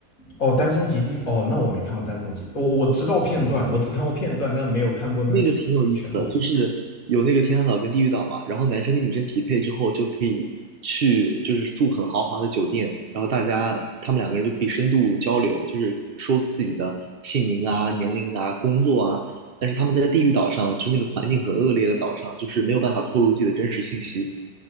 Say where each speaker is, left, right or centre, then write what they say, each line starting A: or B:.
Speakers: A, on the left; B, on the right.
A: 哦，单身级地狱哦，那我没看过单身级，我我知道片段，我只看过片段，但没有看过那
B: 那个挺有意思的，
A: 全部，
B: 就是有那个天堂岛跟地狱岛嘛，然后男生跟女生匹配之后就可以去，就是住很豪华的酒店，然后大家他们两个人就可以深度交流，就是说自己的姓名啊、年龄啊、工作啊。但是他们在地狱岛上，就是那个环境很恶劣的岛上，就是没有办法透露自己的真实信息。